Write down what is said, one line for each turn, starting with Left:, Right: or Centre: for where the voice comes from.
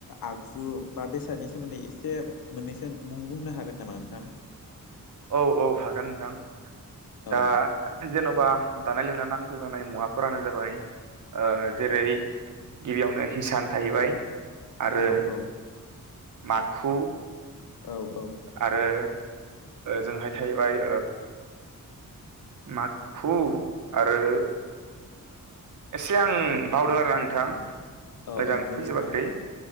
Left: आगजु बा बेसादनि सोमोन्दै एसे मोननैसो बुंनो हागोन नामा नोंथां
Right: औ औ हागोन नोंथां
Left: औ
Right: दा जेन'बा दानाय लुनाय नांगौ जानाय मुवाफोरानो जाबाय जेरै गिबियावनो हिसान थाहैबाय आरो
Left: औ औ
Right: माखु
Left: औ औ
Right: आरो जोंहाय थाहैबाय माखु आरो एसे आं बावदों आरोना नोंथां
Left: औ
Right: मोजां
Left: औ जेबो
Right: फैजोबाखै
Left: नङा